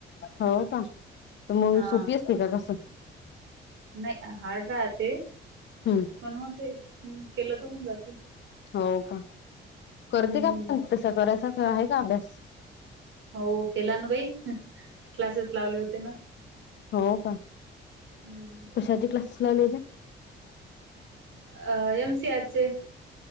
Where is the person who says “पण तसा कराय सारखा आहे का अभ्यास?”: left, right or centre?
Left